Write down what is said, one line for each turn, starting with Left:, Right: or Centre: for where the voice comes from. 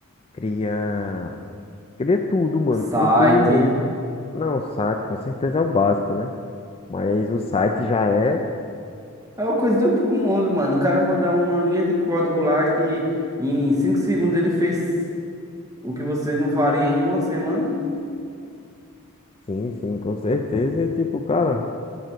Left: cria. Cria tudo, mano,
Right: Site.
Left: cria tudo mesmo. Não, o site com certeza é o básico, né? Mas o site já é,
Right: É uma coisa de outro mundo, mano. O cara mandar uma linha de código lá que em 5 segundos ele fez o que você não faria em uma semana.
Left: sim, sim, com certeza. E tipo, cara,